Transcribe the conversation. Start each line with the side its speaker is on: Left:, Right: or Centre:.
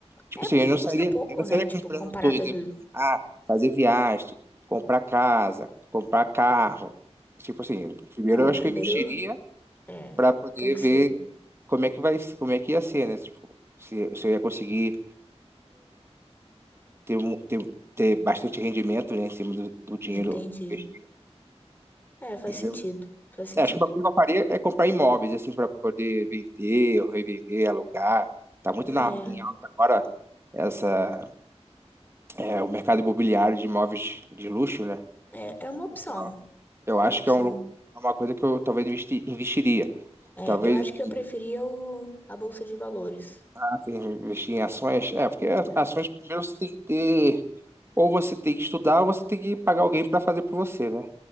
Right: tipo
Left: É
Right: assim,
Left: porque
Right: eu não
Left: custa
Right: sairia,
Left: pouco,
Right: eu não
Left: né?
Right: sairia
Left: Tipo,
Right: comprando
Left: comparada
Right: tudo, tipo,
Left: do.
Right: ah, fazer viagem, comprar casa, comprar carro, tipo assim, primeiro
Left: Não,
Right: eu acho
Left: primeiro,
Right: que eu investiria
Left: é,
Right: para poder
Left: tem que
Right: ver
Left: ser.
Right: como é que vai, como é que ia ser, né, tipo, se, se eu ia conseguir ter, mu- ter, ter bastante rendimento, né, em cima do, do dinheiro
Left: Entendi.
Right: investido,
Left: É, faz
Right: entendeu?
Left: sentido, faz sentido.
Right: É, acho que o bagulho que eu faria é comprar imóveis, assim, para poder vender ou revender, alugar. Tá muito
Left: Né?
Right: na, em alta agora essa, é, o mercado imobiliário de imóveis de luxo, né?
Left: É, é uma opção.
Right: Então, eu acho
Left: É uma opção.
Right: que é um- é uma coisa que eu talvez investi- investiria.
Left: É,
Right: Talvez
Left: eu acho
Right: em
Left: que eu preferia o, a bolsa de valores.
Right: restaurante, investir em ações. É, porque a-
Left: né?
Right: ações primeiro você tem que ter, ou você tem que estudar, ou você tem que pagar alguém para fazer para você, né?